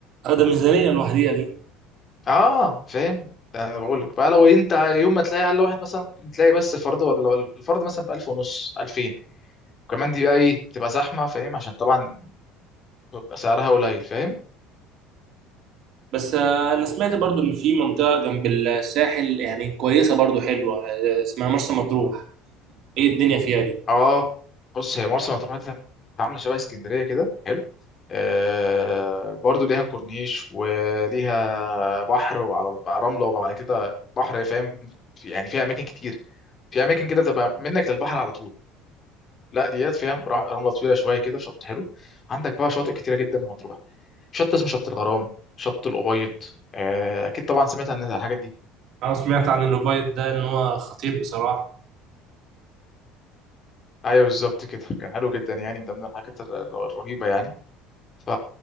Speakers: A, on the right; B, on the left.
A: هذا ميزانية لوحديها دي
B: اه فاهم انا بقول لك بقى لو انت يوم ما تلاقي اقل واحد مثلا ممكن تلاقي بس فرد ولا الفرد مثلا ب 1000 ونص 2000 وكمان دي بقى ايه بتبقى زحمه فاهم عشان طبعا بيبقى سعرها قليل فاهم
A: بس آه، أنا سمعت برضو إن في منطقة جنب الساحل يعني كويسة برضو حلوة آه، اسمها مرسى مطروح إيه الدنيا فيها دي؟
B: اه بص هي مرسى مطروح دي عامله شبه اسكندريه كده حلو آه برضو ليها كورنيش وليها بحر وعلى رمله وبعد كده بحر فاهم في يعني فيها اماكن كتير في اماكن كده تبقى منك للبحر على طول لا ديات فيها را- رمله طويله شويه كده شط حلو عندك بقى شواطئ كتيره جدا في مطروح شط اسمه شط الغرام شط الأبيض آه، اكيد طبعا سمعت عن الحاجات دي
A: أنا سمعت عن الأوبايد ده إن هو خطير بصراحة
B: ايوه بالظبط كده كان حلو جدا يعني من ضمن الحاجات الر- الر- الرهيبه يعني ف